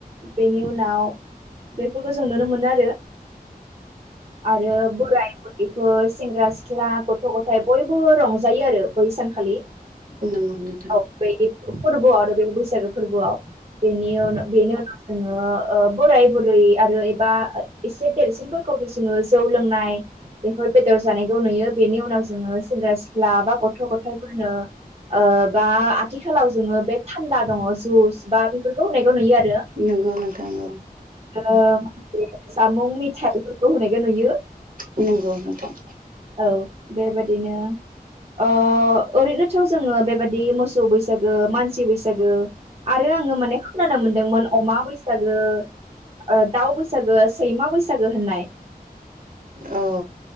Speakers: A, on the right; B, on the right.
A: बेनि उनाव बेफोरखौ जों नुनो मोनो आरो। आरो बोराय बुरैफोर सेंग्रा सिख्ला गथ' गथाय बयबो रंजायो आरो। बै सानखालि
B: नंगौ नोंथां
A: औ बै फोरबोआव आरो बे बैसागो फोरबोआव बेनि <unintelligible> बेनि जोङो ओ बोराय बुरै आरो एबा एसे देरसिनफोरखौ जोङो जौ लोंनाय। बेफोर बेदर जानायखौ नुयो बेनि उनाव जोङो सेंग्रा सिख्ला बा गथ' गथाइफोरनो ओ बा आथिखालाव जोङो बे थान्दा दङ जुस बा बेफोरखौ होनायखौ नुयो आरो।
B: नंगौ नोंथां औ
A: ओ जामुं मिथाय इफोरखौ होनायखौ नुयो।
B: नोंगौ नोंथां।
A: औ बेबादिनो ओ ओरैनोथ' जोङो बेबायदि मोसौ बैसागो मानसि बैसागो आरो आङो माने खोनानो मोनदोंमोन अमा बैसागो ओ दाउ बैसागो सैमा बैसागो होननाय
B: अ